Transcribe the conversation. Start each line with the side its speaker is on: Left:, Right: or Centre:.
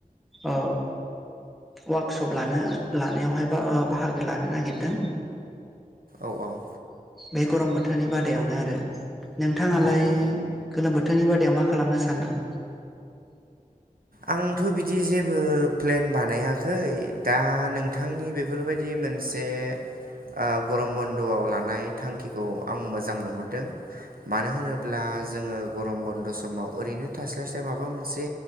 Centre: अ वार्कशप लानो-लानायावहाय बा-बाहागो लानो नागिरदों।
Right: औ औ।
Centre: बे गरम बोथोरनि बादायावनो आरो नोंथाङालाय
Right: औ औ
Centre: गोलोम बो- थोरनि बादायाव मा खालामनो सानदों?
Right: आंथ' बिदि जेबो प्लेन बानायाखै दा नोंथांनि बेफोरबायदि मोनसे अ गरम बन्द'आव लानाय थांखिखौ आं मोजां नुहुरदों। मानो होनोब्ला जोङो गरम बन्द' समाव ओरैनो थास्लायस्लाय माबा मोनसे